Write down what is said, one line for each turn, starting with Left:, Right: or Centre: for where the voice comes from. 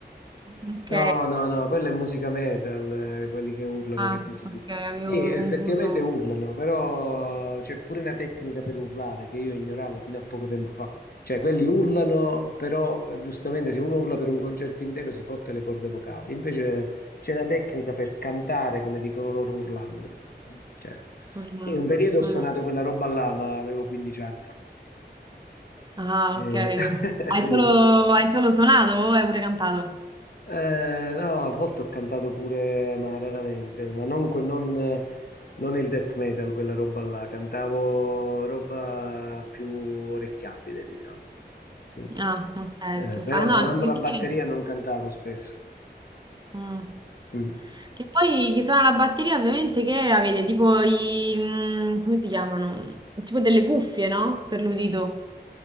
Right: Ok.
Left: No, no, no, quella è musica metal, eh, quelli che urlano,
Right: Ah,
Left: che dici
Right: ok,
Left: tu.
Right: avevo
Left: Sì, effettivamente
Right: confuso
Left: urlano, però c'è pure una tecnica per urlare che io ignoravo fino a poco tempo fa. Cioè, quelli urlano, però eh, giustamente se uno urla per un concerto intero si fotte le corde vocali. Invece c'è una tecnica per cantare, come dicono loro, urlando. Cioè,
Right: urlando.
Left: sì, un periodo ho
Right: Ah.
Left: suonato quella roba là, ma avevo 15 anni.
Right: Ah,
Left: Eh,
Right: ok.
Left: <laughs>
Right: Hai
Left: sì.
Right: solo, hai solo suonato o hai pure cantato?
Left: Eh, no, a volte ho cantato pure, ma raramente, ma non, que- non- non il death metal, quella roba là, cantavo roba più orecchiabile, diciamo. Sì. Eh,
Right: Ah, ok, più
Left: però
Right: fa. No,
Left: suonando
Right: anche perché...
Left: la batteria non cantavo spesso.
Right: mm.
Left: Mm.
Right: Che poi chi suona la batteria ovviamente che avete tipo i... mm, come si chiamano? Tipo delle cuffie, no? Per l'udito.